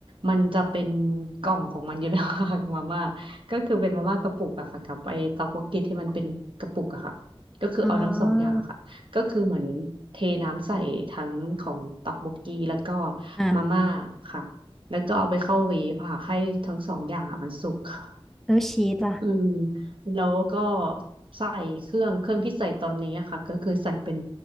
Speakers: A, on the right; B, in the centre.
A: มันจะเป็นกล่องของมันอยู่แล้วค่ะ <laughs> มาม่าก็คือเป็นมาม่ากระปุกอะค่ะกับไอเตาโกกิที่มันเป็นกระปุกอะค่ะก็คือเอาทั้งสองอย่างอะค่ะก็คือเหมือนเทน้ำใส่ทั้งของเตักโบกกีแล้วก็
B: อ๋ออ่ะ
A: มาม่าค่ะแล้วก็เอาไปเข้าเวฟค่ะให้ทั้งสองอย่างอะมันสุกค่ะ
B: แล้วชีสล่ะ
A: อืมแล้วก็ใส่เครื่องเครื่องที่ใส่ตอนนี้อะค่ะก็คือใส่เป็น